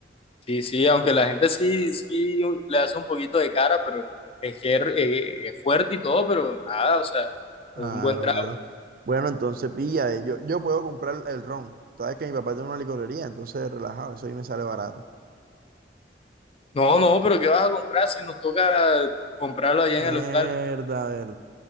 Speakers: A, on the left; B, on the right.
A: Sí, sí, aunque la gente sí, sí le hace un poquito de cara, pero es que es eh, es fuerte y todo, pero nada, o sea,
B: Claro,
A: es un buen trago.
B: claro. Bueno, entonces pilla. eh, Yo, yo puedo comprar el ron. Sabes que mi papá tiene una licorería, entonces relajado. Eso ahí me sale barato.
A: No, no, pero ¿qué vas a comprar si nos toca comprarlo allá
B: Mierda,
A: en el hostal?
B: verdad,